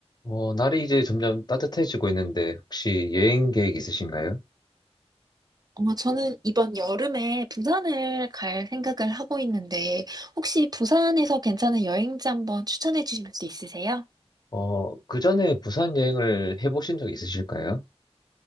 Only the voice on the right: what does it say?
아마 저는 이번 여름에 부산을 갈 생각을 하고 있는데, 혹시 부산에서 괜찮은 여행지 한번 추천해 주실 수 있으세요?